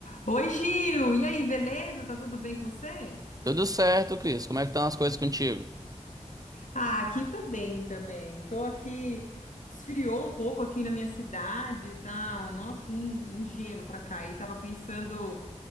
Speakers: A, on the left; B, on the right.
A: Oi, Gil! E aí, beleza? Tá tudo bem com você?
B: Tudo certo, Cris. Como é que estão as coisas contigo?
A: Ah, aqui também, também. Tô aqui, esfriou um pouco aqui na minha cidade, tá? Nossa, um, um gelo pra cá. E tava pensando